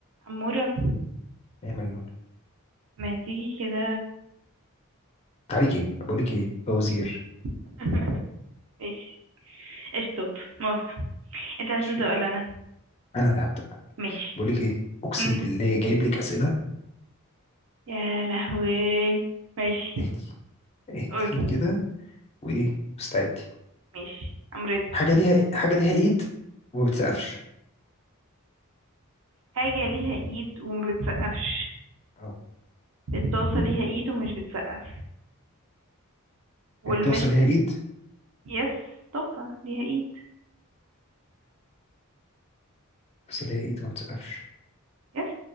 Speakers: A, on the right; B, on the left.
A: عمورة
B: يا منون
A: ما تيجي كده
B: تعالي جيم بقول لك ايه فوازير
A: <laughs> ماشي اشطب موافقة انت عايز
B: ماشي
A: تبدأ ولا انا
B: انا اللي هبدا
A: ماشي
B: بقول لك ايه اقسم
A: مم.
B: بالله جايب لك اسئله
A: يا لهوي ماشي
B: اهدي اهدي
A: قول
B: كده وايه مستعدي
A: ماشي I'm ready
B: حاجه ليها إيه؟ حاجه ليها ايد وما بتسقفش
A: حاجة ليها ايد وما بتسقفش
B: اه
A: الطاسة ليها ايد ومش بتسقف والمشط
B: الطاسه ليها ايد
A: يس طاسة ليها ايد
B: الطاسه ليها ايد وما بتسقفش
A: يس